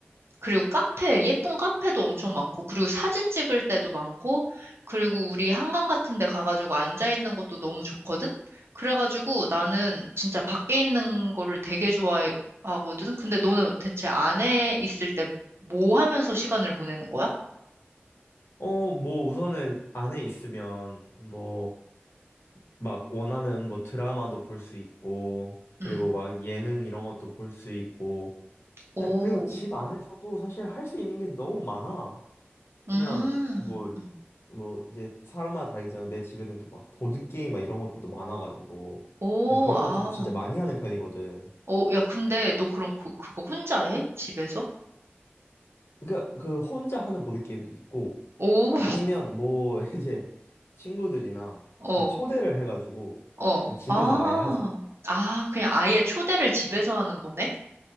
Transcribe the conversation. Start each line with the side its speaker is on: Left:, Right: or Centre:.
Right: 그리고 카페, 예쁜 카페도 엄청 많고, 그리고 사진 찍을 때도 많고, 그리고 우리 한강 같은 데 가가지고 앉아있는 것도 너무 좋거든? 그래가지고 나는 진짜 밖에 있는 거를 되게 좋아하거든? 근데 너는 대체 안에 있을 때 뭐 하면서 시간을 보내는 거야?
Left: 어, 뭐 우선은 안에 있으면 뭐 막 원하는 뭐 드라마도 볼 수 있고 그리고
Right: 음.
Left: 막 예능 이런 것도 볼 수 있고
Right: 오,
Left: 그냥 그리고 집 안에서도 사실 할 수 있는 게 너무 많아.
Right: 음,
Left: 그냥 뭐
Right: 음.
Left: 뭐 이제 사람마다 다르겠지만 내 집에는 또 막 보드 게임 막 이런 것들도 많아가지고
Right: 오,
Left: 난 그런
Right: 아.
Left: 것들도 진짜 많이 하는 편이거든.
Right: 오, 야, 근데 너 그럼 그, 그거 혼자 해? 집에서?
Left: 그러니까 그 혼자 하는 보드 게임도 있고
Right: 오, <laughs>
Left: 아니면 뭐 <laughs> 이제 친구들이나
Right: 어.
Left: 이렇게 초대를 해가지고
Right: 어,
Left: 근데 집에서
Right: 아,
Left: 아예 하지.
Right: 아, 그냥 아예 초대를 집에서 하는 거네?